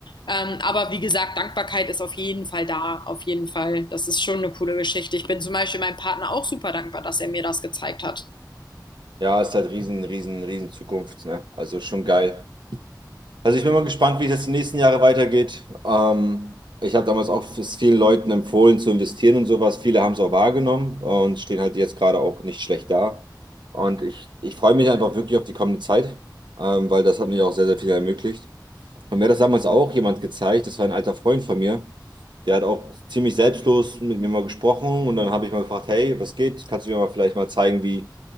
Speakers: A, on the left; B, on the right.
A: Ähm, aber wie gesagt, Dankbarkeit ist auf jeden Fall da, auf jeden Fall. Das ist schon eine coole Geschichte. Ich bin zum Beispiel meinem Partner auch super dankbar, dass er mir das gezeigt hat.
B: Ja, ist halt riesen, riesen, riesen Zukunft, ne? Also schon geil. Also ich bin mal gespannt, wie es jetzt die nächsten Jahre weitergeht. Ähm, ich habe damals auch es vielen Leuten empfohlen zu investieren und sowas. Viele haben es auch wahrgenommen äh, und stehen halt jetzt gerade auch nicht schlecht da. Und ich, ich freue mich einfach wirklich auf die kommende Zeit, ähm, weil das hat mir auch sehr, sehr viel ermöglicht. Und mir hat das damals auch jemand gezeigt, das war ein alter Freund von mir, der hat auch ziemlich selbstlos mit mir mal gesprochen und dann habe ich mal gefragt, hey, was geht? Kannst du mir mal vielleicht mal zeigen, wie